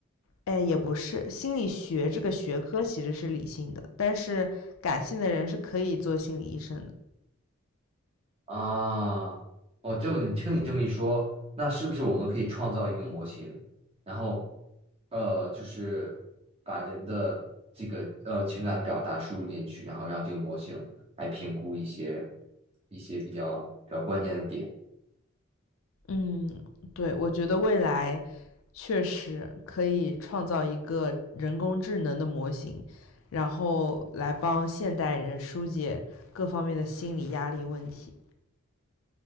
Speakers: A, on the left; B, on the right.
A: 哎，也不是，心理学这个学科其实是理性的，但是感性的人是可以做心理医生的。
B: 啊，我这么你听你这么一说，那是不是我们可以创造一个模型，然后，呃，就是把人的这个呃情感表达输入进去，然后让这个模型来评估一些一些比较比较关键的点。
A: 嗯，对，我觉得未来确实可以创造一个人工智能的模型，然后来帮现代人疏解各方面的心理压力问题。